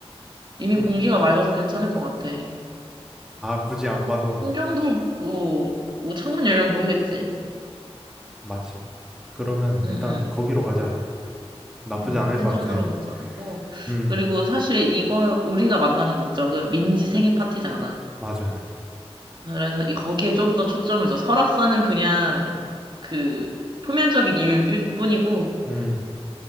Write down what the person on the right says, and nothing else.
이미
공기가 맑아서 괜찮을 것 같아.
통정도 뭐, 뭐 창문 열면 보이겠지.
응응.
음,
펜션으로
먼저 가고
그리고 사실 이거 우리가 만나는 목적은 민지 생일 파티잖아.
그래서 이 거기에 좀 더 초점을 둬. 설악산은 그냥 그 표면적인 이유일 뿐- 뿐이고